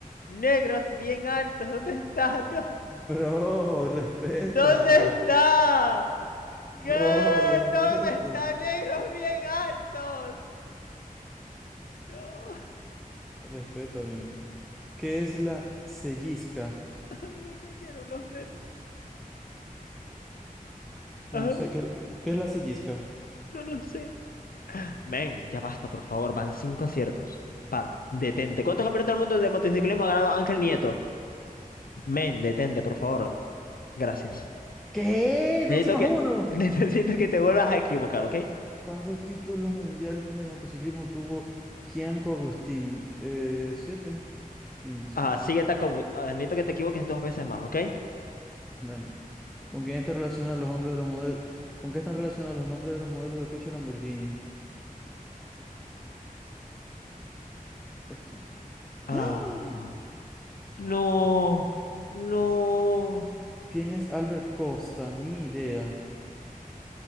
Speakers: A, on the left; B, in the centre.
A: Negros bien altos. ¿Dónde está? <laughs> No.
B: Bro, respeta.
A: ¿Dónde está?
B: Bro,
A: ¿Qué?
B: respeta.
A: ¿Dónde está negros bien altos? No.
B: Respeta bien. ¿Qué es la sellisca?
A: <laughs> Me engañaron los memes. Ajá,
B: No sé, ¿qué, qué es la sellisca?
A: no lo sé. Men, ya basta, por favor. Van cinco aciertos. Para, detente. ¿Cuántos campeonatos del mundo de motociclismo ha ganado Ángel Nieto? Men, detente, por favor. Gracias.
B: ¿Qué?
A: Necesito
B: ¿Dos y más
A: que,
B: uno?
A: <laughs> necesito que te vuelvas a equivocar, ¿ok?
B: ¿Cuántos títulos mundiales de motociclismo tuvo Gianco Agustín? Eh, ¿siete? Quince.
A: Ah, sigue esta compu- ah, necesito que te equivoques dos veces más, ¿ok?
B: Bueno, ¿con quién están relacionados los hombres de los modelos? ¿Con qué están relacionados los nombres de los modelos de coche Lamborghini? Esto.
A: Ah,
B: ¡Ah!
A: no, no,
B: ¿Quién es Albert Costa? Ni idea.